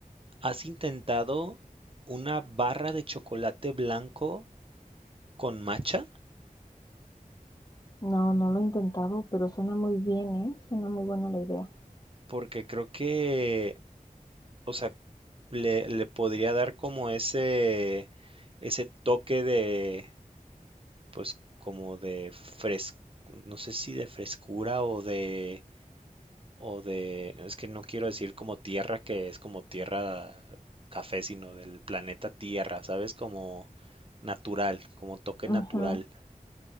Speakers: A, on the right; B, on the left.
A: has intentado una barra de chocolate blanco con matcha,
B: No, no lo he intentado, pero suena muy bien, ¿eh? Suena muy buena la idea.
A: porque creo que, o sea, le, le podría dar como ese, ese toque de, pues, como de fres, no sé si de frescura o de, o de, es que no quiero decir como tierra, que es como tierra café, sino del planeta Tierra, ¿sabes? Como natural, como toque natural.
B: Ujú,